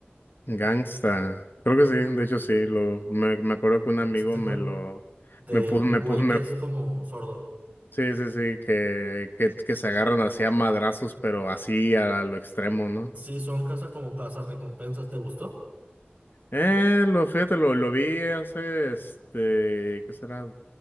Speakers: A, on the left (about 60°); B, on the right (about 40°).
A: Gangsta. Creo que sí, de
B: Ah,
A: hecho sí, lo, me, me acuerdo que un amigo
B: ¿sí te acuerdas?
A: me lo,
B: De
A: me puso,
B: un
A: me
B: güey
A: puso, me,
B: que es como sordo.
A: sí, sí, sí, que, que, que se agarran así a madrazos, pero así a, lo extremo, ¿no?
B: Sí, son casa como casa recompensas. ¿Te gustó?
A: Eh, lo, fíjate, lo, lo vi hace, este, ¿qué será?